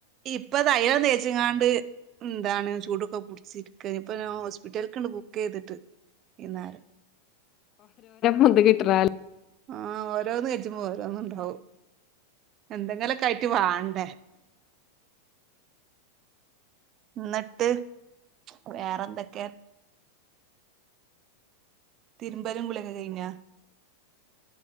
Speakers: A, on the right (about 40°); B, on the left (about 40°).
A: ഇപ്പൊ തൈലം തേച്ചിങ്ങാണ്ട് എന്താണ് ചൂടൊക്കെ പുടിച്ചിരിക്ക ഇപ്പൊ ഹോസ്പിറ്റല കണ്ടുപോവ ക്കെയ്തിട്ട് വൈന്നാരം
B: വന്ത് കിട്ടറ <unintelligible>
A: ആഹ് ഓരോന്ന് കഴിച്ചുമ്പോ ഓരോന്ന് ഉണ്ടാവും എന്തെങ്കിലൊക്കെ ആയിട്ട് വാണ്ടേ ന്നട്ട് വേറെന്തൊക്കെ തിരുമ്പലും കുളിയൊക്കെ കഴിഞ്ഞോ